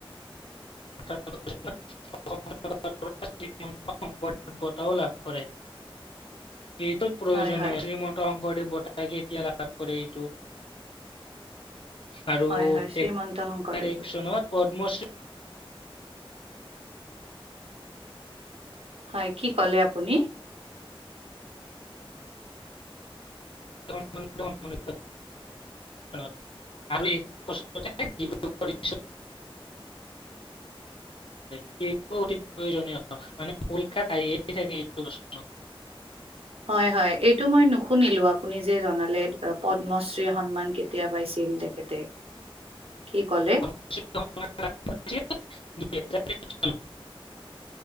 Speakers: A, on the left; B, on the right.
A: <unintelligible> <unintelligible> সম্পদ বঁটাও লাভ কৰে এইটোত প্ৰয়োজনীয়
B: হয় হয়
A: শ্ৰীমন্ত শংকৰদেৱ বঁটা কেতিয়া লাভ কৰে এইটো? আৰু
B: হয় হয়
A: <unintelligible>
B: শ্ৰীমন্ত শংকৰদেৱত
A: চনত পদ্মশ্ৰী
B: হয়, কি ক'লে আপুনি?
A: তেওঁ মানে <unintelligible> আমি অচৰতে <unintelligible> <unintelligible> সেইটো অতি প্ৰয়োজনীয় মানে পৰীক্ষাত আহিয়ে থাকে। এইটো প্ৰশ্ন
B: হয়-হয় এইটো মই নুশুনিলো আপুনি যে জনালে পদ্মশ্ৰী সন্মান কে কেতিয়া পাইছিল তেখেতে
A: <inaudible>
B: কি কলে?
A: <unintelligible>